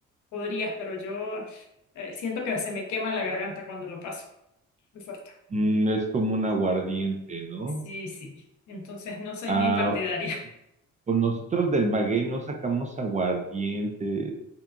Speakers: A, on the left; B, on the right.
A: podrías, pero yo eh, siento que se me quema la garganta cuando lo paso. Muy fuerte.
B: Mm, es como un aguardiente, ¿no?
A: Sí, sí. Entonces no soy
B: Ah,
A: muy partidaria. <laughs>
B: pues nosotros del maguey no sacamos aguardiente.